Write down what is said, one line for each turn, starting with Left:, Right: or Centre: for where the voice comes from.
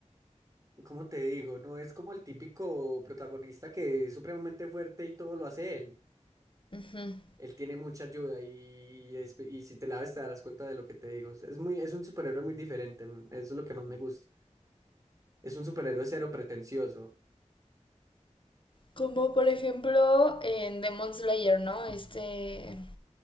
Right: ¿cómo te digo? No es como el típico protagonista que es supremamente fuerte y todo lo hace él.
Left: Ujú.
Right: Él tiene mucha ayuda y, es- y si te la ves te darás cuenta de lo que te digo. Es es muy, es un superhéroe muy diferente, mm, eso es lo que más me gusta. Es un superhéroe cero pretencioso.
Left: Como por ejemplo en Demon Slayer, ¿no? Este,